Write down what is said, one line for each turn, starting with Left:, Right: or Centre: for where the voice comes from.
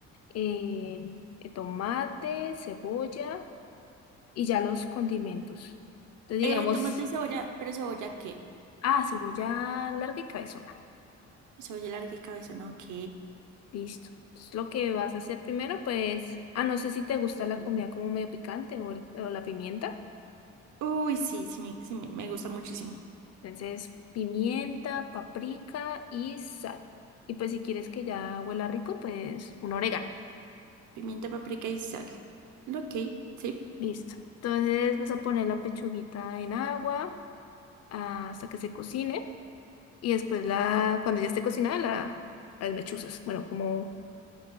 Left: eh, el tomate, cebolla y ya los condimentos. Entonces,
Right: eh,
Left: digamos,
Right: tomate y cebolla, pero cebolla qué?
Left: ah, cebolla larga y cabezona.
Right: Cebolla larga y cabezona, ok.
Left: Listo. Entonces, lo que vas a hacer primero, pues, ah, no sé si te gusta la comida como medio picante o, el- o la pimienta.
Right: Uy, sí, sí, me, sí me, me gusta muchísimo.
Left: Entonces, pimienta, paprika y sal. Y pues si quieres que ya huela rico, pues un orégano.
Right: Pimienta, paprika y sal. Ok, sí.
Left: Listo. Entonces vas a poner la pechuguita en agua hasta que se cocine. Y después la, cuando ya esté cocinada, la, las mechuzas. Bueno, como,